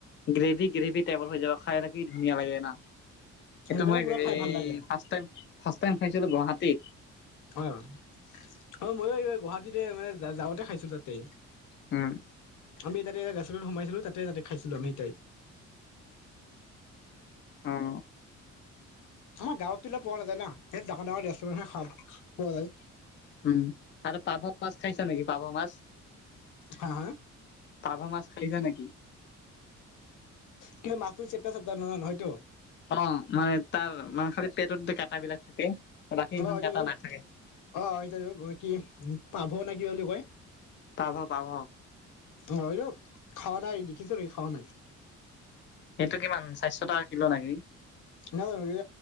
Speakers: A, on the left; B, on the left.
A: গ্ৰেভি গ্ৰেভি টাইপৰ হৈ যাব খাই কি ধুনীয়া লাগে না। সেইটো
B: সেইকাৰণে
A: মই
B: পুৰা খাই
A: এই
B: ভাল লাগে
A: ফাষ্ট টাইম ফাষ্ট টাইম খাইছিলো গুৱাহাটীত।
B: হয় হয় অ' মইও এই গুৱাহাটীতে মানে যা যাওঁতে খাইছো তাতে।
A: উম।
B: আমি তাতে ৰেষ্টুৰেন্টত সোমাইছিলো তাতে তাতে খাইছিলো আমি
A: অ'।
B: আমাৰ গাঁৱত টো এইলা পোৱা নাযায় না, এ ডাঙৰ ডাঙৰ ৰেষ্টুৰেণ্টত খা পোৱা যায়।
A: উম আৰু পাভ মাছ খাইছা নেকি পাভ মাছ।
B: হা হা।
A: পাভ মাছ খাইছা নেকি?
B: কিন্তু মাছটো চেপ্তা চেপ্তা ন নহয়তো।
A: অ' মানে তাৰ খালি পেটত যে কাটা বিলাক থাকে। বাকী ইমান
B: অ' এইটো
A: কাটা
B: টো
A: নাথাকে
B: অ' এইটো টো কি পাভ না কিবা বুলি কয়।
A: পাভ পাভ।
B: হয় দিয়ক খাৱা নাই দেখিছো কিন্তু খাৱা নাই।
A: সেইটো কিমান চাৰিশ টকা কিলো নেকি।
B: নাজানো এই